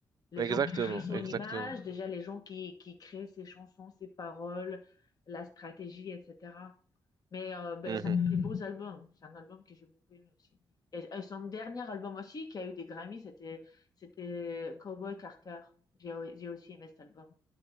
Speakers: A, on the left (about 50°); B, on the right (about 55°).
A: les
B: Exactement,
A: gens qui créent son
B: exactement.
A: image, déjà les gens qui, qui créent ses chansons, ses paroles, la stratégie, etc. Mais euh, ben,
B: Mhm.
A: ça fait des beaux albums. C'est un album que j'ai beaucoup aimé aussi. Et, et son dernier album aussi, qui a eu des Grammys, c'était, c'était Cowboy Carter. J'ai, j'ai aussi aimé cet album.